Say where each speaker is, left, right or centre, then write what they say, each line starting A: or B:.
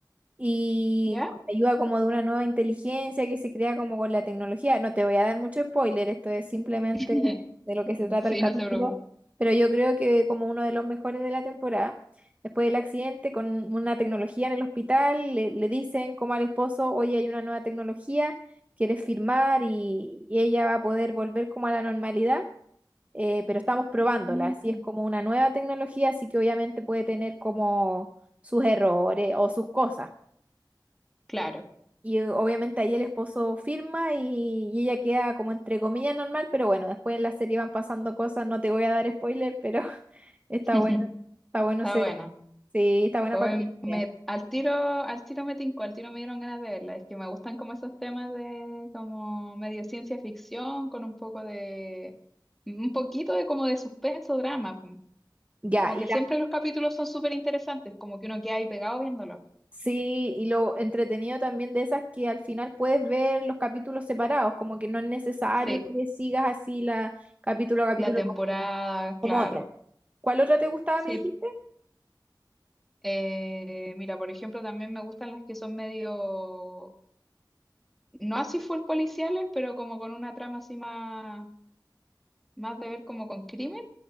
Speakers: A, on the right; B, in the centre.
A: y
B: ¿Ya?
A: con la ayuda como de una nueva inteligencia que se crea como con la tecnología. No te voy a dar mucho spoiler, esto es simplemente
B: <laughs>
A: de lo que se trata
B: Sí,
A: el capítulo,
B: no te preocupes.
A: pero yo creo que como uno de los mejores de la temporada, después del accidente, con una tecnología en el hospital, le, le dicen como al esposo, oye, hay una nueva tecnología, quieres firmar y, y ella va a poder volver como a la normalidad. eh, pero estamos probándola,
B: Mm.
A: así es como una nueva tecnología, así que obviamente puede tener como sus errores o sus cosas.
B: Claro,
A: Y eh, obviamente ahí el esposo firma y, y ella queda como entre comillas normal, pero bueno, después en la serie van pasando cosas, no te voy a dar spoiler, pero <laughs> está
B: <laughs>
A: bueno, está bueno,
B: está
A: se,
B: buena.
A: sí, está buena
B: Hoy
A: para que lo
B: me,
A: veas.
B: al tiro, al tiro me tincó, al tiro me dieron ganas de verla. Es que me gustan como esos temas de como medio ciencia ficción, con un poco de, un poquito de como de suspenso, drama. pum.
A: Ya,
B: Como
A: y
B: que
A: la,
B: siempre los capítulos son súper interesantes, como que uno queda ahí pegado viéndolo.
A: sí, y lo entretenido también de esas que al final puedes ver los capítulos separados, como que no es necesario
B: Sí,
A: que sigas así la capítulo a capítulo
B: la temporada,
A: como,
B: claro.
A: como otra. ¿Cuál otra te gustaba,
B: Sí,
A: me dijiste?
B: eh, mira, por ejemplo, también me gustan las que son medio, no así full policiales, pero como con una trama así más, más de ver como con crimen.